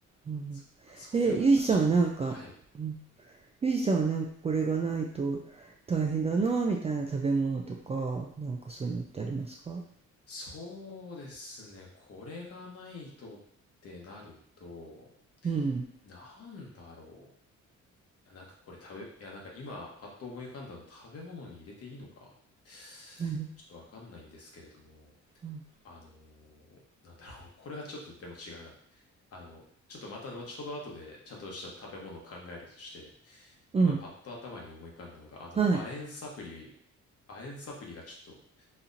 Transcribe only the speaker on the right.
うん、
え、ゆうじさんはなんか、
うん、ゆうじさんはなんかこれがないと大変だなみたいな食べ物とか、なんかそういうのってありますか
うん。
何うん。
うん。
はい。